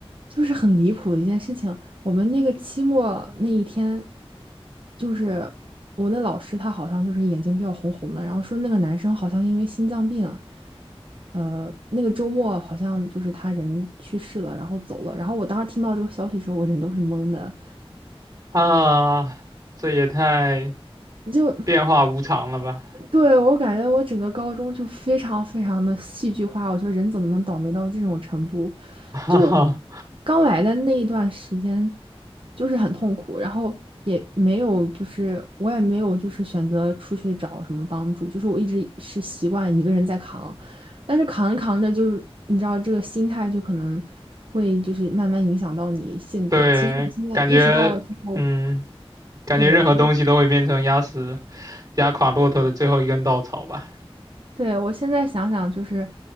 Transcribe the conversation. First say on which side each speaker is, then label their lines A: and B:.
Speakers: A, on the right; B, on the right.
A: 就是很离谱的一件事情。我们那个期末那一天，就是我那老师他好像就是眼睛比较红红的，然后说那个男生好像因为心脏病，呃，那个周末好像就是他人去世了，然后走了。然后我当时听到这个消息的时候，我人都是懵的。
B: <laughs> 啊，这也太
A: 就。
B: 变化无常了吧！
A: 对，我感觉我整个高中就非常非常的戏剧化，我觉得人怎么能倒霉到这种程度？
B: <laughs> 哈哈。
A: 就刚来的那一段时间，就是很痛苦，然后也没有，就是我也没有，就是选择出去找什么帮助，就是我一直是习惯一个人在扛，但是扛着扛着就，你知道这个心态就可能会就是慢慢影响到你性格。
B: 对，
A: 其实我现在意识到了之后，
B: 感觉，嗯，感觉任何东西都会变成压死、
A: 对。
B: 压垮骆驼的最后一根稻草吧。
A: 对，我现在想想，就是